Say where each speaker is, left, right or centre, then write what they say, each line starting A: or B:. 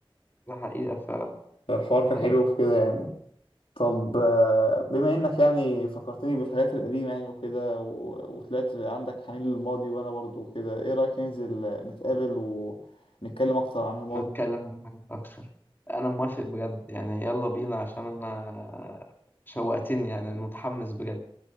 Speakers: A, on the left; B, on the left.
A: ده حقيقه فعلا
B: فالحوار
A: ده
B: كان
A: حقيقه
B: حلو في كده يعني طب آه، بما إنك يعني فكرتني بالحاجات القديمة يعني وكده و... وطلعت عندك حنين للماضي وأنا برضو وكده إيه رأيك ننزل نتقابل
A: مم.
B: ونتكلم أكتر عن الماضي
A: نتكلم عن حاجات اكتر انا موافق بجد يعني يلا بينا عشان انا شوقتني يعني متحمس بجد